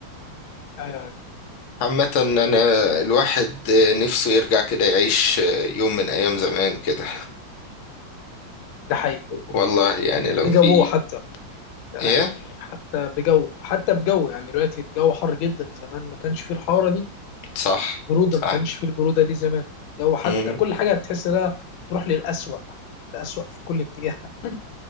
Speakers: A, on the left (about 90°); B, on the left (about 70°).
A: ايوه ايوه
B: عامة أنا الواحد نفسه يرجع كده يعيش يوم من أيام زمان كده
A: ده حقيقي
B: والله يعني لو
A: بجوه
B: في
A: حتى يعني
B: إيه
A: حتى بجو حتى بجو يعني دلوقتي الجو حر جدا زمان ما كانش فيه الحرارة دي
B: صح
A: البرودة
B: صح
A: ما كانش فيه البرودة دي زمان الجو حتى
B: مم.
A: كل حاجة هتحس لها تروح للأسوأ الأسوأ في كل اتجاه <laughs>